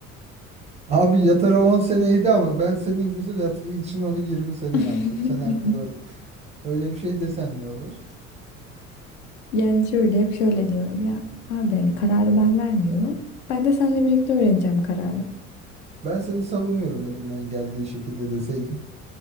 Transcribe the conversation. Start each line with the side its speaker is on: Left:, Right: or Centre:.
Right: Abi yatara 10 seneydi ama ben senin güzel hatırın için onu 20 sene
Left: <laughs>
Right: yaptım. Sen artık or- öyle bir şey desen ne olur?
Left: Yani şöyle hep şöyle diyorum ya abi hani kararı ben vermiyorum. Ben de seninle birlikte öğreneceğim kararı.
Right: Ben seni savunuyorum elimden geldiği şekilde deseydin.